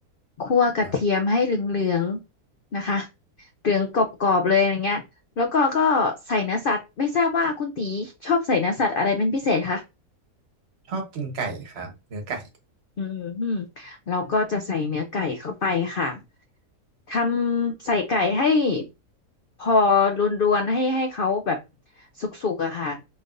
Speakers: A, on the left; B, on the right.
A: คั่วกระเทียมให้เหลืองๆนะคะ
B: ครับ
A: เหลืองกรอบๆเลยอย่างเงี้ยแล้วก็ก็ใส่เนื้อสัตว์ไม่ทราบว่าคุณตีชอบใส่เนื้อสัตว์อะไรเป็นพิเศษคะ
B: ชอบกินไก่ครับเนื้อไก่
A: อืมเราก็จะใส่เนื้อไก่เข้าไปค่ะ ทำใส่ไก่ให้พอรวนๆให้ให้เขาแบบสุกๆอะค่ะ